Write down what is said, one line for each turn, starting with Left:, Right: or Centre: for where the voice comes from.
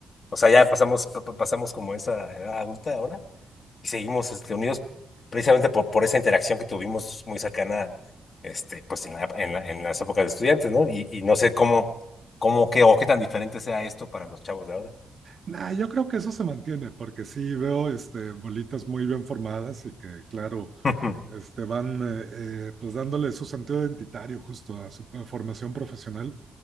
Left: O sea, ya pasamos, pasamos como esa edad adulta ahora y seguimos este, unidos precisamente por, por esa interacción que tuvimos muy cercana este, pues en la, en la- en las épocas de estudiantes, ¿no? Y, y no sé cómo, cómo qué, o qué tan diferente sea esto para los chavos de ahora.
Right: Nah, yo creo que eso se mantiene, porque sí veo este, bolitas muy bien formadas y que, claro,
Left: <laughs>
Right: este, van eh, eh, pues dándole su sentido identitario justo a su eh, formación profesional